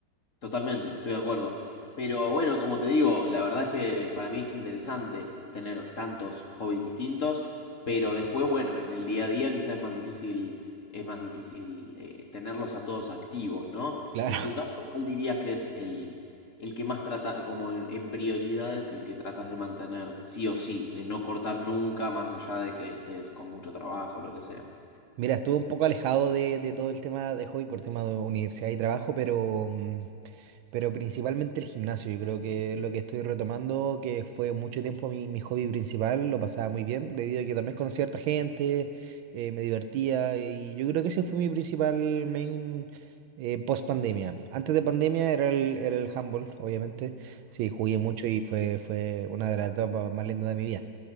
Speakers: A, on the left (about 50°); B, on the right (about 75°).
A: Totalmente, estoy de acuerdo. Pero bueno, como te digo, la verdad es que para mí es interesante tener tantos hobbies distintos, pero después, bueno, en el día a día quizás es más difícil, es más difícil eh, tenerlos a todos activos, ¿no?
B: claro
A: En tu caso, ¿cuál dirías que es el, el que más trata, como en, en prioridades, el que tratas de mantener sí o sí, de no cortar nunca, más allá de que estés con mucho trabajo, lo que sea?
B: Mira, estuve un poco alejado de, de todo el tema de hobby por tema de universidad y trabajo, pero, mm, pero principalmente el gimnasio. Yo creo que es lo que estoy retomando, que fue mucho tiempo mi, mi hobby principal, lo pasaba muy bien, debido a que también conocí a harta gente, eh, me divertía y yo creo que ese fue mi principal main eh, post pandemia. Antes de pandemia era el, era el handball, obviamente. Sí, jugué mucho y fue, fue una de las etapas más lindas de mi vida.